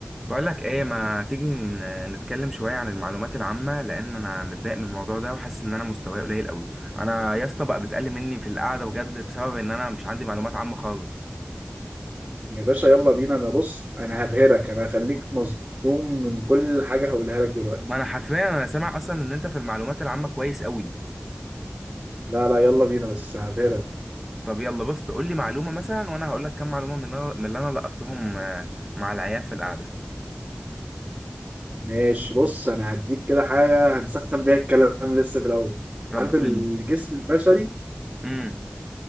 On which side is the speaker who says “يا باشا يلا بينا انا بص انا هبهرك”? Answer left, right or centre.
Right